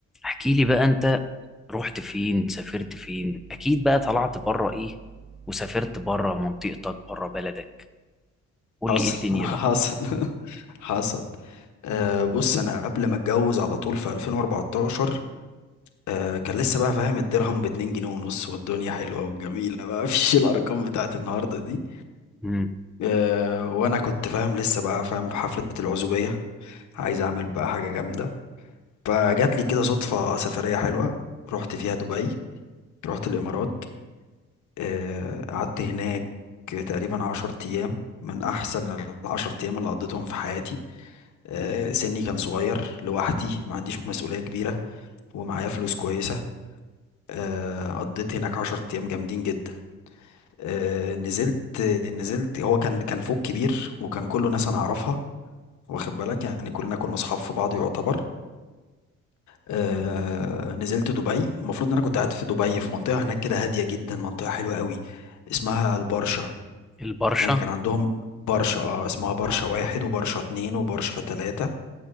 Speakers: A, in the centre; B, on the left.
A: احكي لي بقى انت رحت فين سافرت فين اكيد بقى طلعت بره ايه وسافرت بره منطقتك بره بلدك قول
B: حصل
A: لي ايه الدنيا
B: <laughs>
A: بقى
B: حصل <laughs> حصل أه بص انا قبل ما اتجوز على طول في 2014 أه كان لسه بقى فاهم الدرهم ب 2 جنيه ونص والدنيا حلوه وجميله بقى <laughs> مفيش الارقام بتاعت النهارده دي
A: امم
B: أه وانا كنت فاهم لسه بقى فاهم بحفله العزوبيه عايز اعمل بقى حاجه جامده فجات لي كده صدفه سفريه حلوه رحت فيها دبي رحت الامارات أه قعدت هناك تقريبا 10 ايام من احسن العشر ايام اللي قضيتهم في حياتي آه، سني كان صغير لوحدي ما عنديش مسؤولية كبيرة ومعايا فلوس كويسة آه، قضيت هناك عشرة أيام جامدين جدا آه، نزلت نزلت هو كان كان فوق كبير وكان كله ناس أنا أعرفها واخد بالك يعني كلنا كنا أصحاب في بعض يعتبر آه، نزلت دبي المفروض إن أنا كنت قاعد في دبي في منطقة هناك كده هادية جدا منطقة حلوة قوي اسمها البرشا
A: البرشا
B: يعني كان عندهم برشا اه اسمها برشا
A: اه
B: واحد وبرشا اتنين وبرشا تلاتة